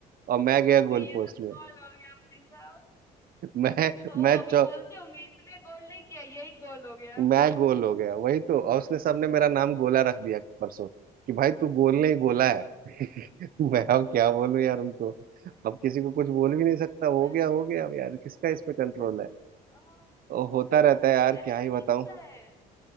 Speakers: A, on the right (about 60°); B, on the left (about 15°).
A: और मैं गया
B: अबे
A: गोल
B: ये
A: पोस्ट
B: तो
A: में
B: गोल हो गया भाई साहब
A: मैं
B: तो वो
A: मैं
B: अभी
A: चौ
B: बोलते होंगे इसने गोल नहीं किया यही गोल हो गया
A: मैं गोल हो गया वही तो और उसने सबने मेरा नाम गोला रख दिया परसों कि भाई तू गोल नहीं गोला है <laughs> मैं अब क्या बोलूं यार उनको अब किसी को कुछ बोल भी नहीं सकता हो
B: अरे
A: गया
B: भाई
A: हो गया अब यार किसका इस पे कंट्रोल है
B: ओ,
A: और होता रहता
B: सही
A: है यार
B: अरे
A: क्या
B: ऐसा
A: ही बताऊं
B: ही होता है